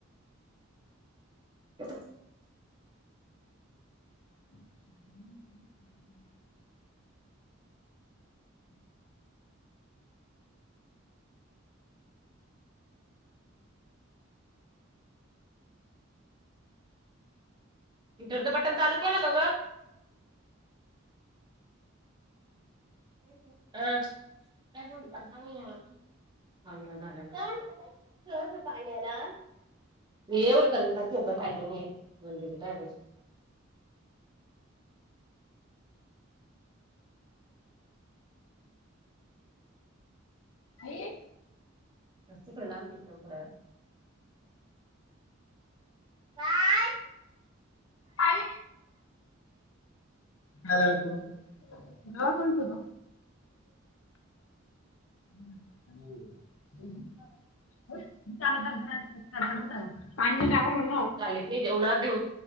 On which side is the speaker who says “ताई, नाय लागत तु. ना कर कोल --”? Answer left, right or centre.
Left